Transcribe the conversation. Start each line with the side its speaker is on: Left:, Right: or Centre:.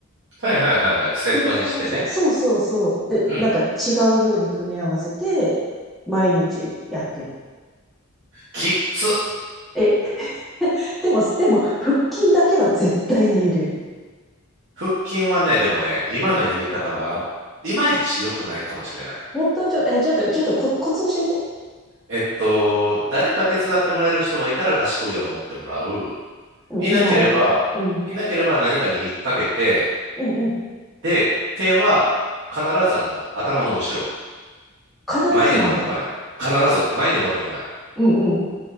Right: はいはいはいはい。セットにしてね。
Centre: 組み合わせ、そうそうそう。で、
Right: うん。
Centre: なんか違うように組み合わせて、毎日やってる。
Right: きっつ。
Centre: え、でも、でも、腹筋だけは絶対に入れる。
Right: 腹筋はね、でもね、今のやり方は、いまいち良くないかもしれない。
Centre: 本当はちょっと、え、ちょっと、ちょっとコ、コツ教えて。
Right: えっと、誰か手伝ってもらえる人がいたら足首を持ってもらう。
Centre: うん、
Right: いなければ、
Centre: いない。うん、
Right: いなければ何かに引っ掛けて、
Centre: うん、うん。
Right: で、手は必ずあの、頭の後ろ。
Centre: 必ずなんだ。
Right: 前に持ってこない。必ず前に持ってこない。
Centre: か、うん、うん。